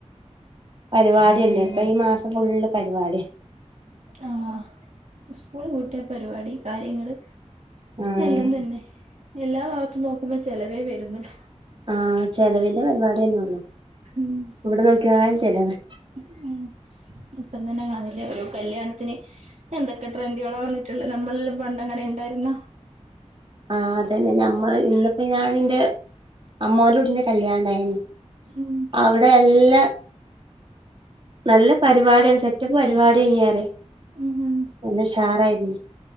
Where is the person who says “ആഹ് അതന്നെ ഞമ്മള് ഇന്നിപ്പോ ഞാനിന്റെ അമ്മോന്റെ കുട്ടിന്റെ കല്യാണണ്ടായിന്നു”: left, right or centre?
Right